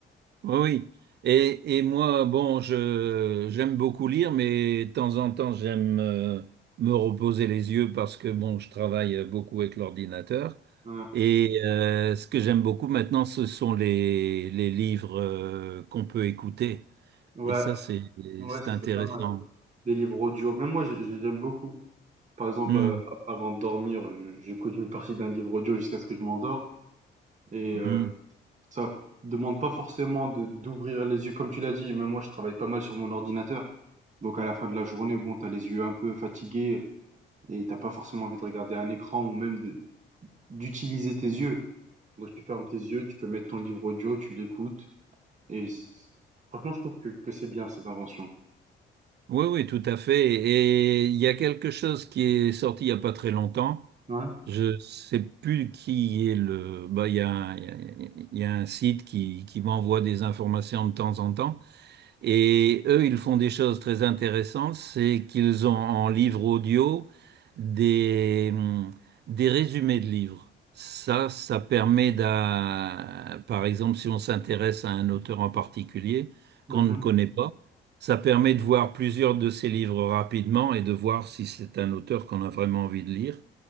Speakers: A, on the right; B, on the right.
A: oui, oui. Et, et moi, bon, je j'aime beaucoup lire, mais de temps en temps, j'aime euh, me reposer les yeux parce que, bon, je travaille beaucoup avec l'ordinateur.
B: Ouais,
A: Et euh, ce que j'aime beaucoup maintenant, ce sont les, les livres euh, qu'on peut écouter.
B: ouais,
A: Et ça, c'est
B: ouais,
A: c'est
B: ça
A: intéressant.
B: c'est pas mal. des livres audio. Même moi, j'ai- j'aime beaucoup. Par exemple,
A: Hmm,
B: euh, avant de dormir, je- j'écoute une partie d'un livre audio jusqu'à ce que je m'endors. Et
A: hmm.
B: euh, ça f- demande pas forcément de d'ouvrir les yeux, comme tu l'as dit. Même moi, je travaille pas mal sur mon ordinateur. Donc à la fin de la journée, bon, t'as les yeux un peu fatigués et t'as pas forcément envie de regarder un écran ou même de d'utiliser tes yeux. Donc tu fermes tes yeux, tu peux mettre ton livre audio, tu l'écoutes. Et c'est- franchement, je trouve que, que c'est bien cette invention.
A: Oui, oui, tout à fait. Et il y a quelque chose qui est sorti il n'y a pas très longtemps.
B: Ouais.
A: Je sais plus qui est le. Bah, il y a, un il y a- il y a un site qui, qui m'envoie des informations de temps en temps. Et eux, ils font des choses très intéressantes, c'est qu'ils ont en livre audio des, hum, des résumés de livres. Ça, ça permet d'un, par exemple, si on s'intéresse à un auteur en particulier
B: Mhm.
A: qu'on ne connaît pas, ça permet de voir plusieurs de ses livres rapidement et de voir si c'est un auteur qu'on a vraiment envie de lire.